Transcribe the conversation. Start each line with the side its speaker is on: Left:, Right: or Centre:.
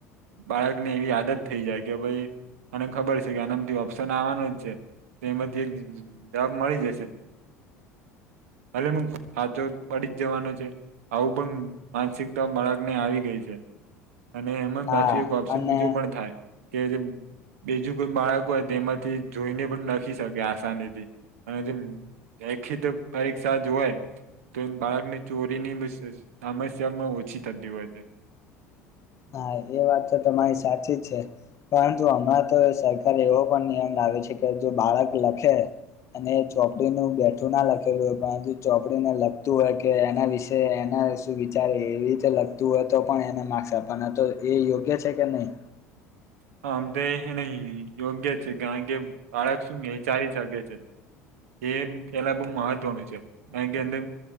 Right: બાળકને એવી આદત થઈ જાય કે ભાઈ અને ખબર છે કે આનામથી ઓપ્શન આવવાનું જ છે તેમાંથી જ જ જોબ મળી જશે અરે હા તો પડી જ જવાનો છે આવું પણ માનસિકતા બાળકને આવી ગઈ છે અને એમાં
Left: હા
Right: પાછુ એક ઓપ્શન
Left: અને
Right: બીજું પણ થાય કે જે બીજું કોઈ બાળક હોય તે એમાંથી જોઈને પણ લખી શકે આસાની થી અને લેખિત પરીક્ષા જો હૉય તો એમ બાળકની ચોરીની બી સમસ્યા આમાં ઓછી થતી હોય છે
Left: હા એ વાત તો તમારી સાચી જ છે પરંતુ અમારા તો સરકારે એવો પણ નિયમ લાવ લાવે છે કે જો બાળક લખે અને ચોપડીનું બેઠું ના લખેલું હોય પરંતુ ચોપડીને લખતું હોય કે એના વિશે એના એના વિશે વિચારે એ રીતે લખતું હોય તો પણ એને માર્ક્સ આપ પણ આ તો એ યોગ્ય છે કે નહી
Right: હ આમ તો એને યોગ્ય છે કારણ કે બાળક શું વિચારી શકે છે એ પેલા બહુ મહત્વનું છે કારણ કે એમને